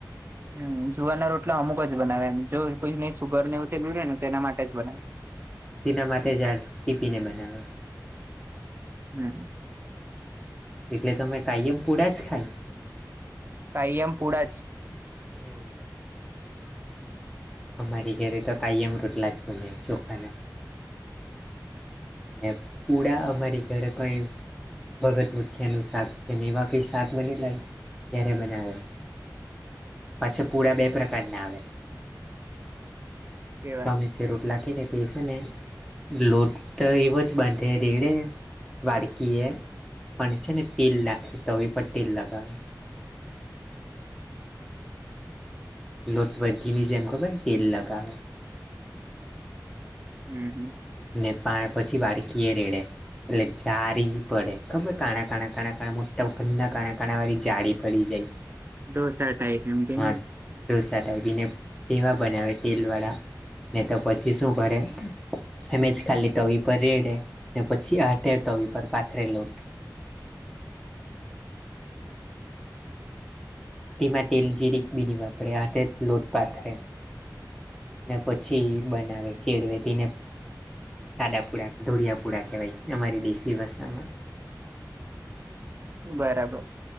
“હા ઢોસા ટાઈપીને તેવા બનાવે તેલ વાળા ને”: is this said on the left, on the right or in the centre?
Centre